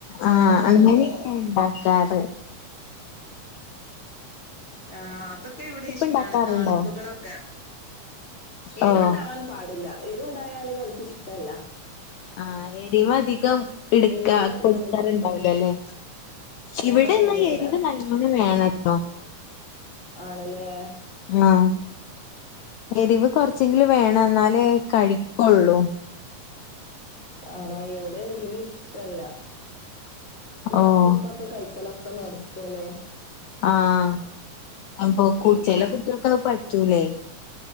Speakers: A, on the left (about 75°); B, on the left (about 20°).
A: ആ
B: ഓ ഓ
A: അങ്ങനെയൊക്കെ
B: ഓ
A: ഉണ്ടാക് <inaudible>
B: ആ അതൊക്കെ ഇവിടെ ഇഷ്ടാണ്
A: ഇണ്ടാക്കാറുണ്ടോ?
B: താളിപ്പുകളൊക്കെ എരുണ്ടാവാൻ
A: ഓഹ്
B: പാടില്ല എരുണ്ടായാൽ ഓല്ക്ക് ഇഷ്ടല്ല
A: ആ എരിവധികം എടുക്ക
B: എരിവധികം
A: കൊടുക്കാറുണ്ടാവൂലല്ലെ
B: ഇഷ് ഉം
A: ഇവിടെ
B: ഏഹ്
A: എന്നാ
B: ഇല്ലല്ല
A: എരിവ് നല്ലോണം വേണട്ടോ
B: ആണ്ല്ലേ
A: ആഹ് എരിവ് കൊറച്ചെങ്കിലും വേ ണം അന്നാലേ കഴിക്കൊള്ളൂ
B: ആണോ ഇവിടെ എരിവ് ഇഷ്ടല്ല പിന്നെ
A: ഓഹ്
B: ഫുഡ ഒക്കെ കഴിക്കല ഒക്കെ നിർത്തുല്ലേ
A: ആഹ അപ്പൊ കു ചെല കുട്ടികൾക്ക അത് പ റ്റുലെ